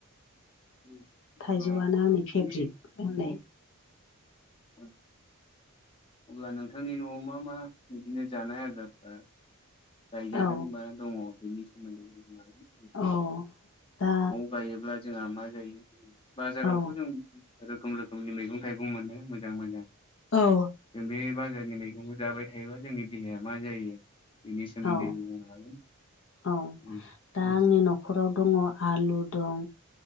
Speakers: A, on the left; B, on the left.
A: <unintelligible>
B: थाइजौआनो आंनि फेभ्रिट होननाय
A: अब्ला नोंथांनि न'आव मा मा बिदिनो जानाय आदार ओ गायजादों
B: औ
A: बा दङ बेनि सोमोन्दै बुंनो हागोन।
B: अ दा
A: बायोब्ला जोंहा मा जायो बाजारावथ'
B: औ
A: जों रोखोम रोखोमनि मैगं थाइगं मोनो मोजां मोजां
B: औ।
A: जों बे बाजारनि मैगंखौ जाबाय थायोबा जोंनि देहाया मा जायो बिनि सोमोन्दै
B: औ
A: बुंनो हागोन।
B: औ
A: औ
B: दा आंनि न' खराव दङ आलु दं